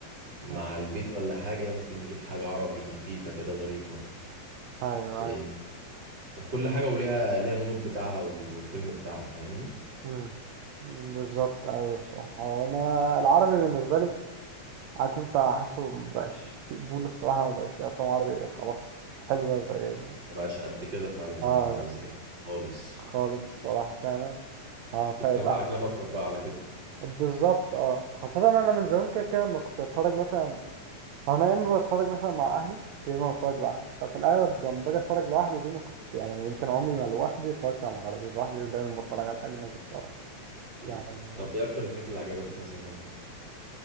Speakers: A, on the right; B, on the right.
A: مع
B: آه،
A: البيت ولا حاجة ممكن نجيب حاجة عربي خفيفة كده ظريفة
B: ايوه
A: إيه كل حاجة وليها ليها المود بتاعها وال- والفيلم بتاعها فاهمني
B: مم. بالظبط ايوه صح هو انا العربي بالنسبه لي عارف انت حاسه مبقاش في قبول الصراحه مبقاش في افلام عربي خلاص حلوه زي
A: ما بقاش قد كده فعلا
B: اه
A: مش زي زمان خالص
B: خالص الصراحه فعلا آه فيبقى
A: بتتابع أجنبي أكتر بقى على كده
B: بالظبط اه خاصه انا من زمان كده كده ما كنت بتفرج مثلا انا يا اما بتفرج مثلا مع اهلي يا اما بتفرج لوحدي ففي الاغلب لما باجي اتفرج لوحدي دي ما كنت يعني يمكن عمري ما لوحدي اتفرجت على العربي لوحدي دايما بتفرج على الاجنبي الصراحه
A: أكيد
B: يعني
A: طب إيه أكتر الحاجات اللي عجبتك مثلا؟